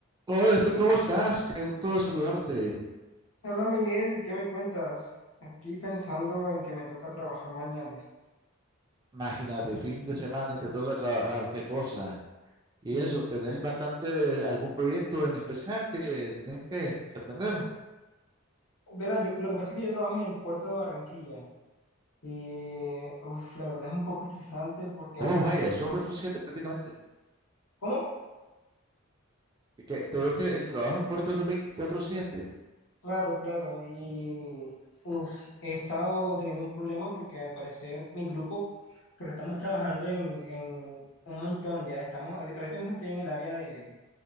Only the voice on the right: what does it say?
Hola, Steve, ¿cómo estás? Qué gusto saludarte.
Imagínate, fin de semana y te toca trabajar, qué cosa. Y
eso, ¿tenés bastante algún proyecto en especial que tenés que, que atender?
Oh,
vaya, son cuatro siete prácticamente.
Que, te digo que el trabajo en Puerto es veinticuatro siete.